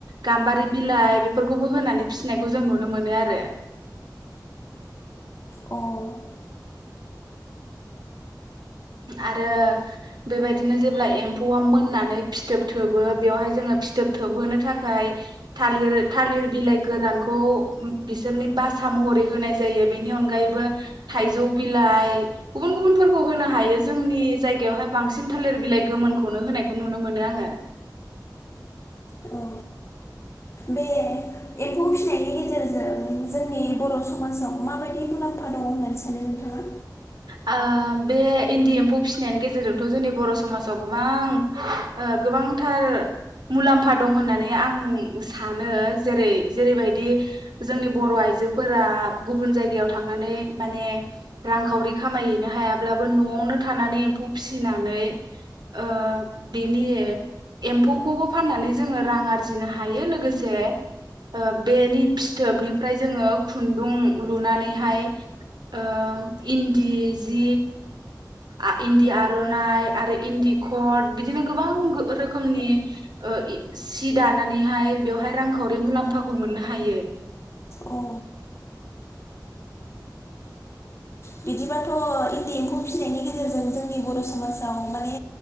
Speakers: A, on the right (about 70°); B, on the left (about 35°).
A: गाम्बारि बिलाइ बेफोरखौबो होनानै फिसिनायखौ जों नुनो मोनो आरो
B: अ औ
A: आरो बेबायदिनो जेब्ला एम्फौआ मोननानै फिथोब थोबो बेवहाय जोङो फिथोब थोबहोनो थाखाय थालिर थालिर बिलाइ गोरानखौ बिसोरनि बासा महरै होनाय जायो बेनि अनगायैबो थाइजौ बिलाइ गुबुन गुबुनफोरखौ होनो हायो जोंनि जायगायावहाय बांसिन थालिर सिलाइ गोमोनखौनो होनायखौ नुनो मोनो आङो।
B: <inaudible> औ बे एम्फौ फिनायनि गेजेरजों जोंनि बर' समाजाव माबायदि मुलाम्फा दङ होननानै सानो नोंथाङा?
A: ओ बे इन्दि एम्फौ फिसिनायनि गेजेरजोंथ' जोंनि बर' समाजाव गोबां ओ गोबांथार मुलाम्फा दं होननानै आं सानो जेरै जेरैबायदि जोंनि बर' आइजोफोरा गुबुन जायगायाव थांनानै माने रांखावरि खामायहैनो हायाब्लाबो न'आवनो थानानै एम्फौ फिसिनानै ओ बेनि एम्फौखौबो फाननानै जोङो रां आरजिनो हायो लोगोसे ओ बेनि फिथोबनिफ्राय जोङो खुन्दुं लुनानैहाय ओ इ न्दि जि आ इन्दि आर'नाइ आरो इन्दि कट बिदिनो गोबां गो रोखोमनि ओ सि दानानैहाय बेवहाय रांखावरि मुलाम्फाखौ मोननो हायो।
B: अ बिदिबाथ' इन्दि एम्फौ फिसिनायनि गेजेरजों जोंनि बर' समाजाव माने